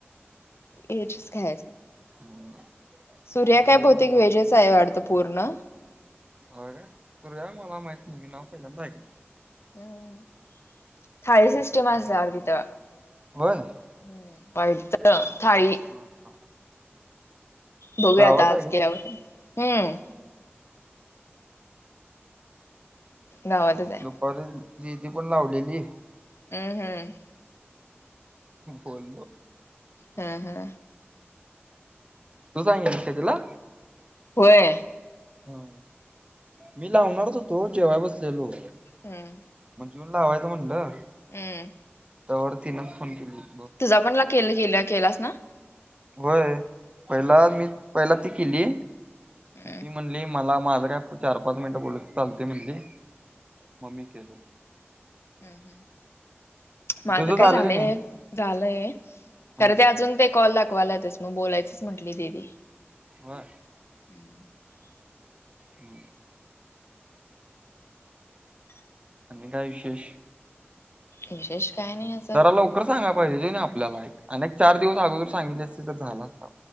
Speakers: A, on the left (about 70°); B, on the right (about 25°).
A: व्हेजच खायचं.
B: <inaudible>
A: सूर्या
B: मग
A: काय भौतिक
B: म्हणलं
A: व्हेज च आहे वाटतं पूर्ण.
B: ह का तू या मला माहित नाही मी नाव पहिल्यांदा ऐकल.
A: हम्म थाली सिस्टम असर तिथं.
B: होय
A: हम्म वाईट तर थाळी.
B: हां हा
A: बघूया
B: गावात
A: आता आज
B: आहे का
A: केल्यावर, हम्म. गावातच आहे.
B: दुपारी दीदी पण लावलेली.
A: हम्म हम्म
B: बोलो.
A: हा हा
B: तू सांगितलं का तिला?
A: होय
B: हा मी लावणारच होतो जेवाय बसलेलो.
A: हम्म
B: मग जेवण लावायचा म्हटलं.
A: हम्म.
B: तोवर तिनं फोन केलेला.
A: तुझा पण <unintelligible> केलास ना?
B: होय पहिला
A: हम्म
B: मी पहिला ती केली.
A: हम्म.
B: ती म्हणली मला माझं काय चार पाच मिनिटं बोलत चालते म्हणली, मग मी केलं.
A: हम्म हम्म माझ
B: तुझं झालं
A: काय झालंय
B: का नाही
A: झालंय
B: ह
A: खरे ते अजून ते. कॉल दाखवायला लागले मग बोलायचंच म्हटली दीदी.
B: बर.
A: <unintelligible>
B: हम्म! आणि काय विशेष?
A: विशेष काही नाही असं
B: जरा लवकर सांगाय पाहिजे कन्हीं आपल्याला एक अनेक चार दिवस अगोदर सांगित तर झालं असत.